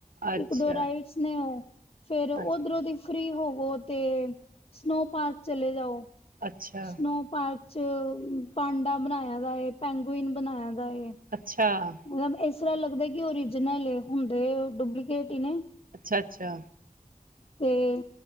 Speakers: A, on the right (about 85°); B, on the left (about 45°).
A: ਅੱਛਾ
B: ਇੱਕ ਦੋ ਰਾਈਟਸ ਨੇਂ ਉਹ ਫੇਰ ਉਧਰੋਂ
A: ਅੱਛਾ
B: ਦੀ ਫ੍ਰਰੀ ਹੋ ਉਹ ਤੇ ਸਨੋ ਪਾਰਕ ਚਲੇ ਜਾਓ।
A: ਅੱਛਾ
B: ਸਨੋ ਪਾਰਕ ਚ ਭਾਂਡਾ ਬਣਾਇਆ ਦਾ ਏ, ਪੈਂਗੁਇਨ ਬਣਾਇਆ ਦਾ ਏ
A: ਅੱਛਾ
B: ਮਤਲਬ ਇਸ ਇਸ ਤਰ੍ਹਾਂ ਲੱਗਦਾ ਕਿ ਓਰੀਜਨਲ ਹੁੰਦੇ ਡੁਪਲੀਕੇਟ ਈ ਨੇਂ।
A: ਅੱਛਾ ਅੱਛਾ।
B: ਤੇ